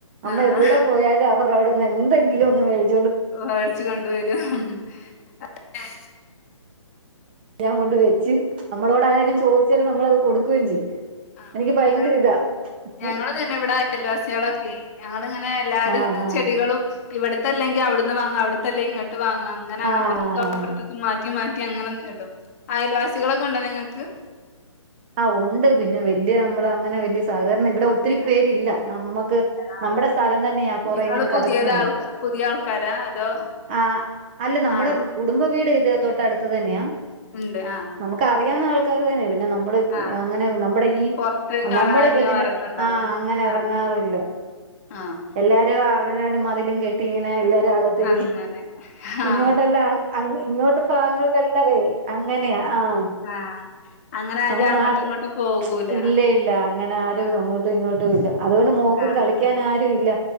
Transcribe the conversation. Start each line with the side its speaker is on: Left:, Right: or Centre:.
Right: അമ്മ
Left: ആഹ്
Right: എവിടെ പോയാലും അവർ അവിടെന്ന് എന്തെങ്കിലും ഒന്ന് മേടിക്കും
Left: വാടിച്ച കൊണ്ട വരും ഉ അ
Right: ഞാൻ കൊണ്ട് വെച്ച് അമ്മളോട് ആരെങ്കിലും ചോദിച്ചാലും നമ്മളത് കൊടുക്കുവെം ചെയ്യും
Left: ആ
Right: എനിക്ക് ഭയങ്കര
Left: അതാണ്
Right: ഇതാ പൂ
Left: ഞങ്ങള് തന്നെ ഇവിടെ അയൽവാസികളൊ <unintelligible> എല്ലാും
Right: ആഹ് ആഹ്
Left: ചെടികളും ഇവിടത്തെല്ലെങ്കിൽ അവിടുന്ന് വാങ്ങു അവി <unintelligible> വാങ്ങു അങ്ങനെ
Right: ആഹ്
Left: അപ്പുറത്തക്ക അപ്പറത്തക്കും മാറ്റി മാറ്റി അങ്ങനെ ണ്ടോ അയൽവാസികളൊക്കെ ഉണ്ടോ നിങ്ങൾക്ക്
Right: ആ ഉണ്ട് പിന്നെ വല്ിയ നമ്മള് അങ്ങനെ വലിയ സാധാരണ ഇവിടെ
Left: പുതിയ
Right: ഒത്തിരി പേരില്ല നമ്മുക്ക്
Left: ആഹ്
Right: നമ്മുടെ സ്ഥലം തന്നെയ കൊറെ
Left: നിങ്ങള്
Right: ഇങ്ങനെ
Left: പുതിയത്
Right: കടക്കുന്നത്
Left: ആൾ പുതിയ ആൾക്കാരാ അതോ
Right: ആ അല്ല നമ്മുടെ
Left: ആണോ
Right: കുടുംബ വീട് ഇത തൊട്ടടുത്ത് തന്നെയാ
Left: ഉണ്ട് ആഹ്
Right: നമുക്ക് അറിയ നമ്മ
Left: ആഹ്
Right: അങ്ങനെ നമ്മുടെ ഈ
Left: പൊറത്തേക്ക്
Right: നമ്മുടെ
Left: അധികം
Right: ഇപ്പത്തിന്റെ
Left: എറങ്ങണ്ടാവൂല
Right: ആ അങ്ങനെ ഇറങ്ങാറില്ല
Left: ആഹ് ആഹ്
Right: എല്ലാരും എ മതില കട്ട ഇങ്ങനെല്ല കത്തി
Left: അങ്ങനെ ആഹ്
Right: ഇങ്ങോട്ടല്ല അ ഇങ്ങോട്ട് ഭാഗങ്ങതല്ലതേ അങ്ങനെയാ ആഹ്
Left: ആഹ അങ്ങനെ ആരും
Right: നമ്മ
Left: അങ്ങോട്ടും
Right: നാട്ട
Left: ഇങ്ങോട്ടും പോകൂല
Right: ഇല്ല ഇല്ല അങ്ങനെ ആരും
Left: ആഹ്
Right: അങ്ങോട്ടും ഇങ്ങോട്ടും ഇല്ല അതുകൊണ്ട് മോക്കും
Left: ആഹ്
Right: കളിക്കാന ആരുും ഇല്ല